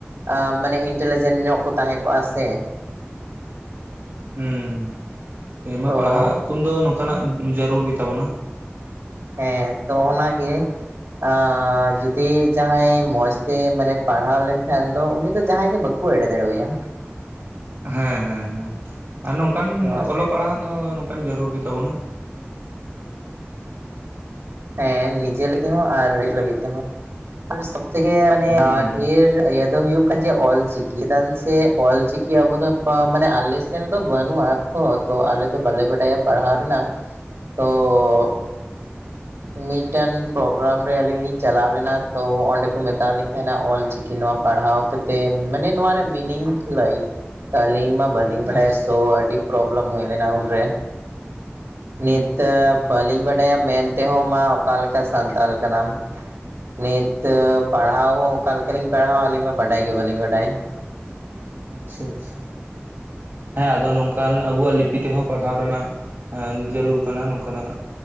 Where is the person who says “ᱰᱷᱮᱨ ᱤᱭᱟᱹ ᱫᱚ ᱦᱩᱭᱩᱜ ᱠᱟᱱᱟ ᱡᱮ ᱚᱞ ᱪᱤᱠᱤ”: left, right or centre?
Right